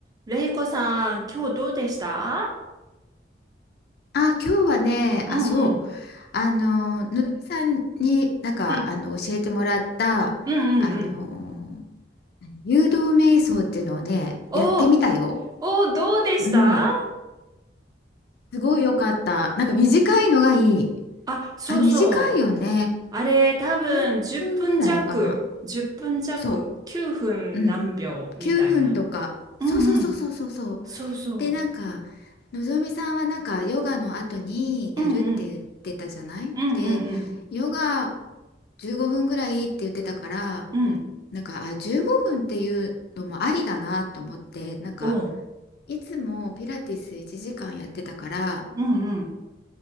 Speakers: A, on the right (about 20°); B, on the left (about 60°).
A: れいこさん、今日どうでした
B: あ、今日はね、
A: うんうん。
B: あ、そう、あの、のぞみさんになんかあの教えてもらった、
A: うん。うんうんうん。
B: あの、誘導瞑想っていうのをね、
A: おー
B: やってみたよ。
A: おー、どうでした
B: うん、すごい良かった。なんか短いのがいい。
A: あ、そうそう。
B: あれ、短いよね。
A: あれ、多分10分弱、
B: 何分ぐらいかな。
A: 10分弱、
B: そ
A: 9分何秒みたいな。
B: う、うん、9分とか。そうそうそうそうそうそう。
A: うんうん。そうそ
B: で、なんか、のぞみさんはなんかヨガの後にやるって言ってたじゃないで、
A: ううんうん。うんうん
B: ヨガ15分ぐらいって言ってたから、
A: うん。うん。
B: なんか、あ、15分っていうのもありだなと思って、なんか、
A: おう。
B: いつもピラティス1時間やってたから、
A: うんうん